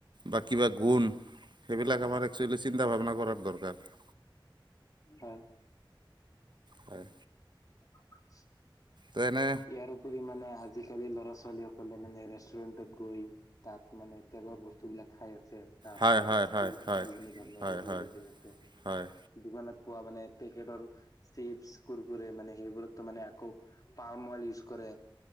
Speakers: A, on the right; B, on the left.
A: বা কিবা গুণ সেইবিলাক আমাৰ একচুৱেলি চিন্তা ভাৱনা কৰাৰ দৰকাৰ। <inaudible>
B: হয়।
A: হয়।
B: <inaudible>
A: যেনে
B: ইয়াৰ উপৰি মানে আজিকালি ল'ৰা ছোৱালীৱেও <unintelligible> মানে ৰেষ্টুৰেন্টত গৈ তাত মানে তেলৰ বস্তুবিলাক খাই আছে। তাৰ
A: হয়
B: পৰা
A: হয়
B: গেষ্টিক
A: হয় হয়
B: বিভিন্ন যন্নো
A: হয়
B: <unintelligible>
A: হয়।
B: এইবুলি হৈ আছে।
A: হয়
B: দোকানত পোৱা মানে পেকেটৰ চিপছ কুৰকুৰে মানে সেইবোৰতো মানে আকৌ পাম অইল ইউজ কৰে।